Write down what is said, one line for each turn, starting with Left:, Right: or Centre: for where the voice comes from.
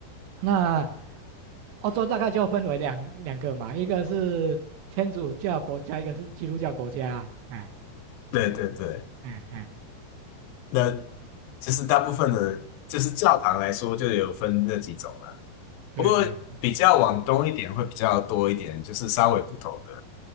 Right: 那欧洲大概就分为两两个嘛，一个是天主教国家，一个是基督教国家，哎
Left: 对对对，
Right: 哎哎，
Left: 那其实大部分的，就是教堂来说，就有分那几种了。
Right: 对对，
Left: 不过比较往东一点会比较多一点，就是稍微不同的，